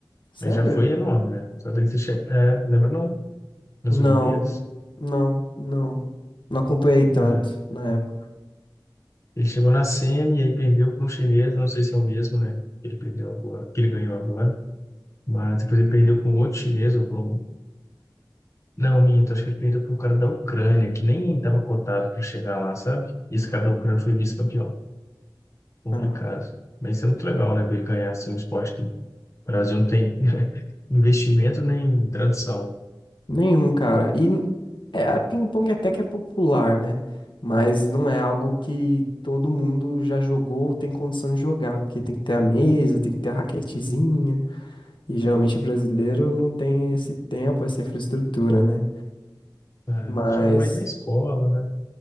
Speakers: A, on the left; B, on the left.
A: Sério?
B: Mas já foi enorme, né? Só dele ter chegado. É, lembra não? Nas
A: Não,
B: Olimpíadas.
A: não, não. Não acompanhei tanto
B: É.
A: na época.
B: Ele chegou na semi e aí perdeu para um chinês, não sei se é o mesmo, né? Que ele perdeu agora, que ele ganhou agora, mas depois ele perdeu para um outro chinês ou para um... Não, minto, acho que ele perdeu para um cara da Ucrânia, que nem estava cotado para chegar lá, sabe? E esse cara da Ucrânia foi vice-campeão. Complicado.
A: Ah,
B: Mas isso é muito legal, né? Ver ele ganhar assim, um esporte que o Brasil não tem <laughs> investimento nem tradição.
A: nenhum, cara. E n- é, a ping-pong até que é popular, né? Mas não é algo que todo mundo já jogou ou tem condição de jogar. Porque tem que ter a mesa, tem que ter a raquetezinha. E geralmente brasileiro não tem esse tempo, essa infraestrutura, né?
B: né?
A: Mas,
B: Joga mais na escola, né?